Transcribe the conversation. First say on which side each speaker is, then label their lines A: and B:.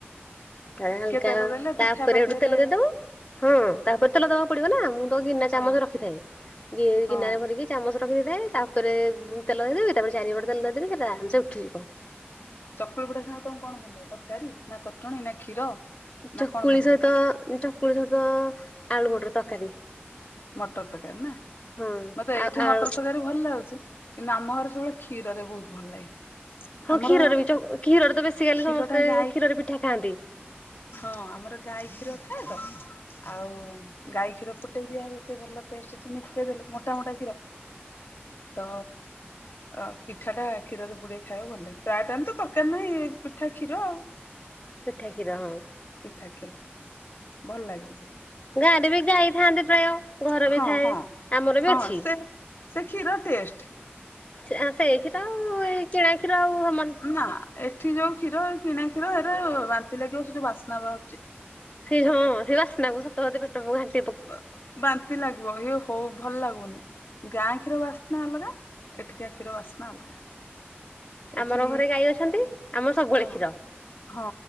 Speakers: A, on the left; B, on the left.
A: ତା ହାଲକା
B: ତେଲ ଦେଲେ
A: ତାପରେ
B: ପିଠା ପାତିଆରେ
A: ସେଠୁ ତେଲ ଦେଇଦବ। ହଁ ତାପରେ ତେଲ ଦବାକୁ ପଡିବ ନା ମୁଁ ତ ଗିନା
B: ହଁ
A: ଚାମଚ ରଖିଥାଏ ଗି
B: ହଁ।
A: ଗିନାରେ ଭରିକି ଚାମଚ ରଖି ଦେଇଥାଏ ତା ଉପରେ ମୁଁ ତେଲ ଦେଇଦେବି ତାପରେ ଚାରି ପଟେ ତେଲ ଦେଇଦବି ସେଇଟା ଆରାମସେ ଉଠିଯିବ।
B: ଚକୁଳି ପିଠା ସାଙ୍ଗେ ତମକୁ କଣ ଭଲ ଲାଗେ ତରକାରୀ, ନା ଚଟଣି, ନା କ୍ଷୀର? ନା
A: ଚକୁଳି
B: କଣ ଭଲ
A: ସହିତ
B: ଲାଗେ
A: ଚକୁଳି ସହିତ-ଅ-ଅ ଆଳୁ ମଟର ତରକାରୀ।
B: ମଟର ତରକାରୀ ନା
A: ହଁ
B: ମତେ ଏଇଠି
A: ଆଉ ଆଉ
B: ମଟର ତରକାରୀ ଭଲ ଲାଗୁଛି କିନ୍ତୁ ଆମ ଘରେ ସବୁବେଳେ କ୍ଷୀରରେ ବହୁତ୍ ଭଲ ଲାଗେ,
A: ହଁ
B: ଆମର
A: କ୍ଷୀର ରେ ବି ଯୋଉ କ୍ଷୀର ରେ ତ ବେଶୀ ଖାଲି
B: କ୍ଷୀର
A: ସମସ୍ତେ
B: ଟା ଗାଈ
A: କ୍ଷୀର ରେ ପିଠା ଖାଆନ୍ତି,
B: ହଁ ଆମର ଗାଈ କ୍ଷୀର ଥାଏ ତ, ଆଉ ଗାଈ କ୍ଷୀର ଫୁଟେଇ ଦିଆ ହବ ସେ ଭଲ ଟେଷ୍ଟ ଚିନି ପକେଇଦଲେ ମୋଟା-ମୋଟା କ୍ଷୀର, ତ, ଅ ପିଠା ଟା କ୍ଷୀରରେ ବୁଡ଼େଇ କି ଖାଇବା ଭଲ ଲାଗେ ପ୍ରାୟ ଟା ତ ଦରକାର ନାହିଁ ପିଠା କ୍ଷୀର ଆଉ,
A: ପିଠା କ୍ଷୀର ହଁ,
B: ପିଠା କ୍ଷୀର ଭଲ ଲାଗେ ବହୁତ୍,
A: ଗାଡ଼ି ବି ଜିଇ ଥାଆନ୍ତି ପ୍ରାୟ, ଘର
B: ହଁ-ହଁ-ହଁ
A: ବି ଥାଏ ଆମର ବି ଅଛି।
B: ସେ ସେ କ୍ଷୀର ଟେଷ୍ଟି,
A: ସେଆ ସେଇ କ୍ଷୀର ଆଉ ଏଇ କିଣା ଷୀର ଆଉ ହମାନ୍
B: ନା ଏଠି ଯୋଉ କ୍ଷୀର କିଣା କ୍ଷୀର ଏଇଟା ବାନ୍ତି ଲାଗିବ ସେ ଯୋଉ ବାସ୍ନା ବାହାରୁଛି,
A: ସେ ଝଁ ସେ ବାସ୍ନା କକୁ ସତ ହ ପେଟ ପ ଘାଞ୍ଚି,
B: ବା ବାନ୍ତି ଲାଗିବ ଇଏ ହଉ ଭଲ ଲାଗୁନି ଗାଁ କ୍ଷୀର ବାସ୍ନା ଅଲଗା, ଏଠିକା କ୍ଷୀର ବାସ୍ନା ଅଲଗା, ଏଠି
A: ଆମର ଘରେ ଗାଈ ଅଛନ୍ତି ଆମ ସବୁବେଳେ
B: ହଁ
A: କ୍ଷୀର,
B: ହଁ